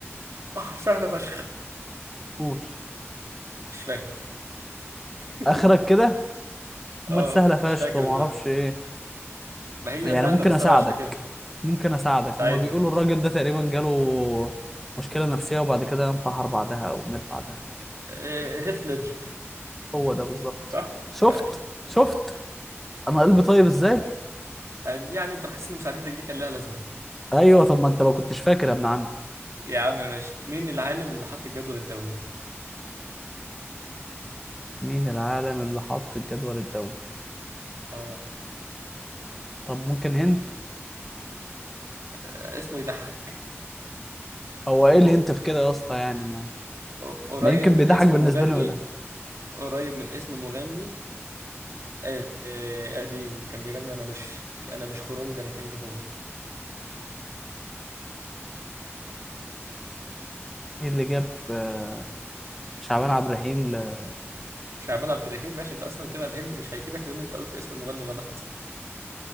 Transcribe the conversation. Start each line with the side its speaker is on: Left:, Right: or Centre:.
Right: اه سهلة فشخ
Centre: قول
Right: مش فاكر <laughs>
Centre: اخرك كده امال
Right: اه
Centre: سهله فشخ
Right: مش فاكر
Centre: وما
Right: ازاي
Centre: اعرفش ايه
Right: ما هي
Centre: يعني
Right: سهلة
Centre: ممكن
Right: بس
Centre: اساعدك
Right: أنا مش فاكرها
Centre: ممكن اساعدك
Right: ساعدني
Centre: هما بيقولوا الراجل ده تقريبا جاله مشكله نفسيه وبعد كده انتحر بعدها او مات بعدها حاجه كده
Right: آه، هيث ليدجر
Centre: هو ده بالظبط
Right: صح؟
Centre: شفت
Right: أيوة.
Centre: شفت انا قلبي طيب ازاي
Right: يعني أنت محسس إن مساعدتك دي كان لها لازمة
Centre: ايوه طب ما انت ما كنتش فاكر يا ابن عم
Right: يا عم ماشي مين العالم اللي حط الجدول الدوري؟
Centre: مين العالم اللي حط الجدول الدوري
Right: اه
Centre: طب ممكن هنت
Right: آه، اسمه يضحك
Centre: هو ايه الهنت
Right: هو
Centre: في كده يا اسطى يعني ما
Right: قريب
Centre: ما يمكن
Right: من
Centre: بيضحك
Right: اسم
Centre: بالنسبه
Right: مغني
Centre: لي بيضحك
Right: قريب من اسم مغني آه، آه، قديم كان بيغني انا مش انا مش خرونج انا كينج كونج
Centre: ايه اللي جاب آه، شعبان عبد الرحيم ل...
Right: شعبان عبد الرحيم ماشي انت اصلا كده الهنت مش هيفيدك لان انت قلت اسم المغني غلط